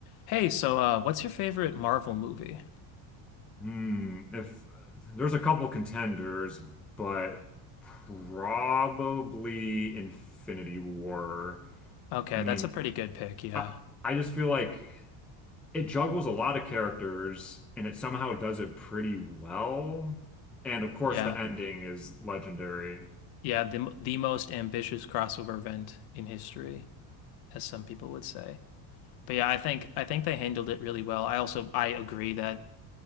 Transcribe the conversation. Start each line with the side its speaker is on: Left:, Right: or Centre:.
Left: Hey, so uh, what's your favorite Marvel movie?
Centre: Hmm. If there's a couple contenders, but probably Infinity War.
Left: Okay,
Centre: I mean,
Left: that's a pretty good pick. Yeah,
Centre: I I just feel like it juggles a lot of characters and it somehow does it pretty well. And of course,
Left: yeah,
Centre: the ending is legendary.
Left: yeah. The the most ambitious crossover event in history, as some people would say. But yeah, I think I think they handled it really well. I also I agree that